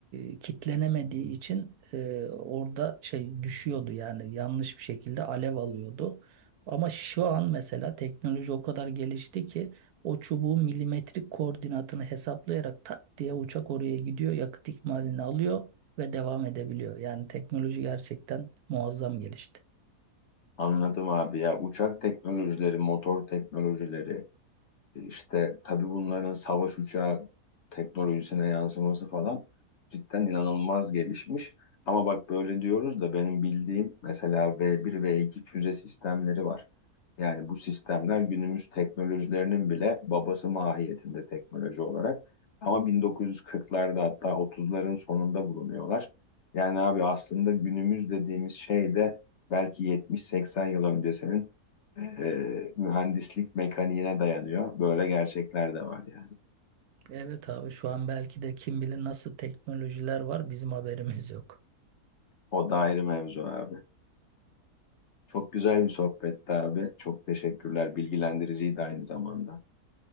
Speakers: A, on the right; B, on the left.
A: e, kitlenemediği için e, orada şey düşüyordu yani yanlış bir şekilde alev alıyordu. Ama şu an mesela teknoloji o kadar gelişti ki o çubuğun milimetrik koordinatını hesaplayarak tak diye uçak oraya gidiyor, yakıt ikmalini alıyor ve devam edebiliyor. Yani teknoloji gerçekten muazzam gelişti.
B: Anladım abi ya uçak teknolojileri, motor teknolojileri, İşte tabii bunların savaş uçağı teknolojisine yansıması falan cidden inanılmaz gelişmiş. Ama bak böyle diyoruz da benim bildiğim mesela V1, V2 füze sistemleri var. Yani bu sistemler günümüz teknolojilerinin bile babası mahiyetinde teknoloji olarak. Ama 1940'larda hatta 30'ların sonunda bulunuyorlar. Yani abi aslında günümüz dediğimiz şey de belki 70-80 yıl öncesinin e, mühendislik mekaniğine dayanıyor. Böyle gerçekler de var yani.
A: Evet abi şu an belki de kim bilir nasıl teknolojiler var bizim haberimiz yok.
B: O da ayrı mevzu abi. Çok güzel bir sohbetti abi. Çok teşekkürler. Bilgilendiriciydi aynı zamanda.